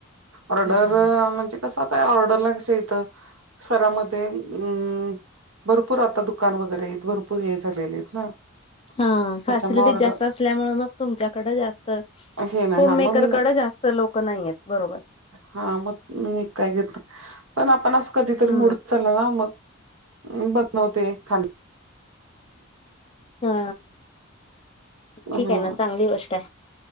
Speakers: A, on the right (about 75°); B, on the left (about 25°).
A: ऑर्डर
B: हं, हं, हं.
A: म्हणजे कस आता काय ऑर्डरला कसं येत शरामध्ये अम् भरपूर आता दुकान वगैरे आहेत भरपूर हे झालेले आहेत ना.
B: हा फॅसिलिटी
A: त्याच्यामुळे ऑर्डर
B: जास्त असल्यामुळे मग तुमच्याकडे जास्त
A: हे नाही
B: होम
A: हा मग
B: मेकरकडें
A: मी
B: जास्त लोक नाहीयेत बरोबर.
A: हा मग मी काय घेत पण आपण अस कधीतरी
B: हं.
A: मुड चला ना मग, बनवते खाली.
B: हा, ठीक
A: हो
B: आहे ना चांगली गोष्ट आहे.